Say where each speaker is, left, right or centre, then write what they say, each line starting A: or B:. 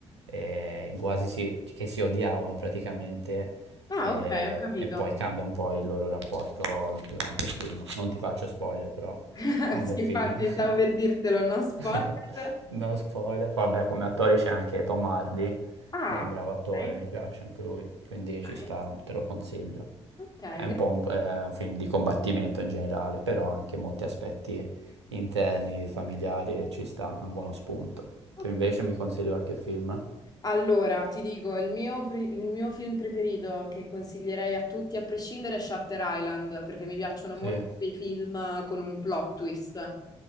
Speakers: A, on the right (about 80°); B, on the left (about 25°).
A: eh, quasi si, che si odiavano praticamente.
B: ah,
A: E,
B: ok, ho capito.
A: e poi cambia un po' il loro rapporto durante il film. Non ti faccio spoiler, però
B: <laughs>
A: è un
B: Sì,
A: bel film.
B: infatti
A: <laughs>
B: stavo per dirtelo, no spoiler.
A: <laughs> No spoiler. Vabbè, come attore c'è anche Tom Hardy,
B: Ah,
A: è bravo attore,
B: ok,
A: mi piace anche lui, quindi ci sta,
B: nice.
A: te lo consiglio.
B: Ok, grazie.
A: È un po' un, è un film di combattimento in generale, però anche molti aspetti interni, familiari, e ci sta, è un buono spunto.
B: Ok.
A: Tu invece mi consigli qualche film?
B: Allora, ti dico, il mio, pri- il mio film preferito che consiglierei a tutti a prescindere è Shutter Island, perché mi piacciono
A: Sì,
B: molto quei film con un plot twist.